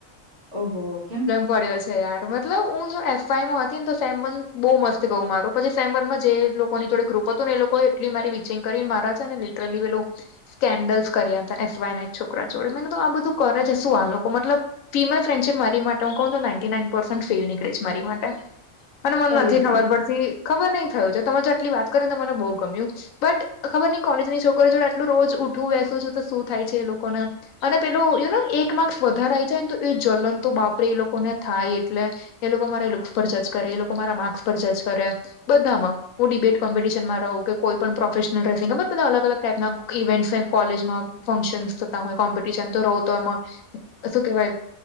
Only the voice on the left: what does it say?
પડ્યો છે યાર મતલબ હું જો એફઆઈમાં હતી ને તો સેમન બહુ મસ્ત ગઉ મારું પછી સેમનમાં જે ની જોડે ગ્રુપ હતું એ લોકો એટલી મારી વિચિંગ કરીને મારા છે ને લિટરલી પેું સ્કેન્ડલ્સ કર્યા હતા એસ વાય ના એક છોકરા જોડે મેં કીધું આ બધું કરે છે શું આ લોકો મતલબ ફીમલ ફ્રેન્ડશીપ મારી માટે હું કોણ છ નાઇન્ટી નાઇન પર્સન્ટ ફેલ નીકળીશ મારી માટે અને મને
નથી ખબર
પડતી ખબર નહ થયું છે તમે જે આટલી વાત કરી ને મને બહુ ગમ્યું બટ ખબર નહ કોલેજની છોકરી જોડે આટલું રોજ ઉઠું બેસું છું તો શું થાય છે એ લોકોને અને પેલોું યુ નો એક માર્ક્સ વધારે આવી જાય ને તો એ જલન તો બાપરે એ લોકોને થાય એટલે એ લોકો મારે લુક્સ પર જજ કરે એ લોકો મારા માર્ક્સ પર જજ કરે બધામાં હું ડિબેટ કોમ્પિટિશનમાં રહુ કે કોઈ પણ પ્રોફેશનલ ડ્રેસિંગ બર બધા અલ અલગાઈપના ઇવેન્ટ્સ કોલેજમાં ફંક્શનસ થતા હોય કોમ્પિટિશન તો રહવ તો એમાં શું કેહેવાય?